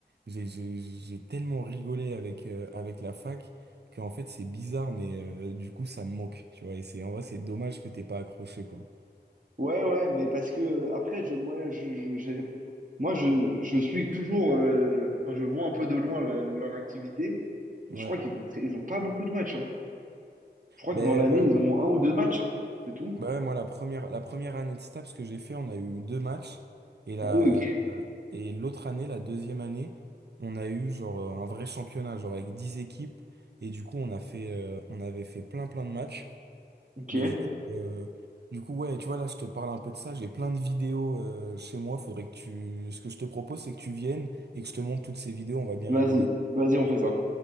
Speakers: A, on the right (about 70°); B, on the right (about 50°).
A: j'ai, j'ai, j'ai tellement rigolé avec, euh, avec la fac que en fait, c'est bizarre, mais euh, du coup, ça me manque, tu vois. Et c'est, en vrai, c'est dommage que t'aies pas accroché, quoi.
B: Ouais, ouais, mais parce que euh, après, je, moi, je, je, j'ai- moi, je, je suis toujours, euh, enfin, je vois un peu de loin la- leur activité.
A: Ouais.
B: Je crois qu'ils ont, très- ils ont pas beaucoup de matchs, hein. Je crois
A: Ben,
B: que dans l'année,
A: euh,
B: ils ont un ou deux matchs, hein. C'est tout.
A: bah ouais, moi, la première, la première année de STAPS que j'ai fait, on a eu deux matchs. Et la,
B: Ah oui,
A: et l'autre année, la deuxième année, on a eu genre euh, un vrai championnat, genre avec 10 équipes. Et du coup, on a fait, euh, on avait fait plein, plein de matchs.
B: ok.
A: Mais
B: Ok.
A: du coup, euh, du coup, ouais, tu vois, là, je te parle un peu de ça. J'ai plein de vidéos euh, chez moi. Faudrait que tu. Ce que je te propose, c'est que tu viennes et que je te montre toutes ces vidéos. On va bien
B: Vas-y,
A: rigoler.
B: vas-y, on fait ça.